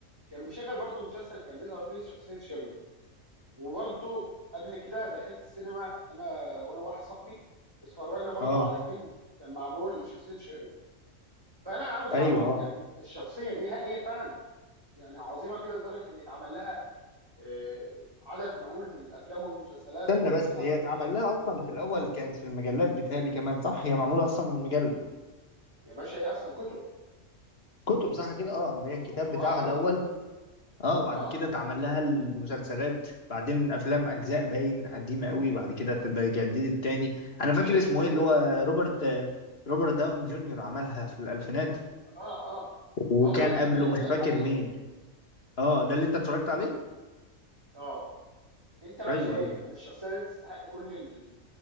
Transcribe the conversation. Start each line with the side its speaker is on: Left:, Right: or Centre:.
Right: كان بيشغل برضو مسلسل كان بيظهر فيه شخصيه شيرلوك وبرضو قبل كده دخلت السينما انا وانا واحد صاحبي اتفرجنا برضو
Left: اه
Right: على فيلم كان معمول لشخصيه شيرلوك فانا عاوز
Left: ايوه
Right: اعرف
Left: اه
Right: يعني الشخصيه دي هل هي فعلا يعني عظيمه كده لدرجه ان يتعمل لها آه، عدد مهول من الافلام والمسلسلات
Left: استنى
Right: وتظهر
Left: بس هي
Right: في
Left: اتعمل لها اصلا في الاول كانت في المجلات بتهيألي كمان صح هي معموله اصلا من مجله
Right: يا باشا هي اصلا كتب
Left: كتب صح كده اه اللي
Right: ك-
Left: هي الكتاب
Right: كتب
Left: بتاعها
Right: اه
Left: الاول
Right: اه
Left: اه بعد
Right: اه
Left: كده اتعمل لها المسلسلات بعدين افلام اجزاء باين قديمه قوي بعد كده اتجددت تاني
Right: كتير
Left: انا فاكر اسمه
Right: كتير
Left: ايه
Right: جدا
Left: اللي هو روبرت روبرت داون جونيور عملها في الالفينات
Right: اه اه
Left: وكان
Right: ما هو ده الفيلم
Left: قبله
Right: اللي بقول
Left: مش
Right: لك
Left: فاكر
Right: عليه
Left: مين اه ده اللي انت اتفرجت عليه
Right: اه انت بقى
Left: ايوه
Right: شايف
Left: ايوه
Right: يعني الشخصيه دي تستحق كل ال-